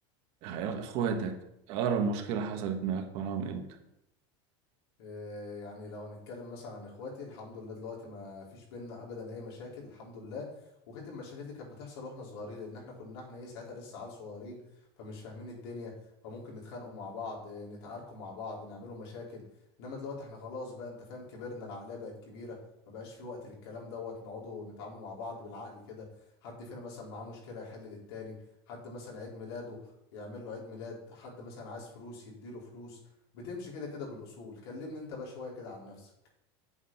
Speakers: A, on the right; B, on the left.
A: يا اخواتك اقرب مشكلة حصلت معاك معاهم امتى
B: آه، يعني لو هنتكلم مثلا عن اخواتي الحمد لله دلوقتي ما فيش بينا ابدا اي مشاكل الحمد لله وكانت المشاكل دي كانت بتحصل واحنا صغيرين لان احنا كنا احنا ايه ساعتها لسه عيال صغيرين فمش فاهمين الدنيا فممكن نتخانقوا مع بعض آه، نتعاركوا مع بعض نعملوا مشاكل انما دلوقتي احنا خلاص بقى انت فاهم كبرنا العقليه بقت كبيره ما بقاش في وقت للكلام دوت نقعدوا نتعاملوا مع بعض بالعقل كده حد فينا مثلا معاه مشكله يحل للتاني حد مثلا عيد ميلاده يعمل له عيد ميلاد حد مثلا عايز فلوس يديله فلوس بتمشي كده كده بالاصول كلمني انت بقى شويه كده عن نفسك